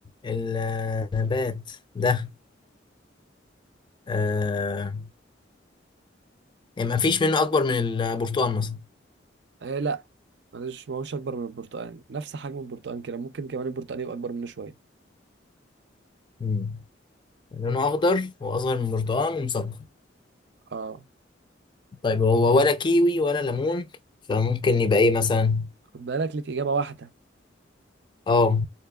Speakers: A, on the left (about 25°); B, on the right (about 60°).
A: النبات ده آه يعني ما فيش منه اكبر من البرتقال مثلا
B: آه لا معلش ما هوش اكبر من البرتقال نفس حجم البرتقال كده ممكن كمان البرتقال يبقى اكبر منه شوية
A: مم. لونه اخضر واصغر من البرتقال ومسكر
B: اه
A: طيب هو ولا كيوي ولا ليمون فممكن يبقى ايه مثلا
B: خد بالك ليك اجابة واحدة
A: اه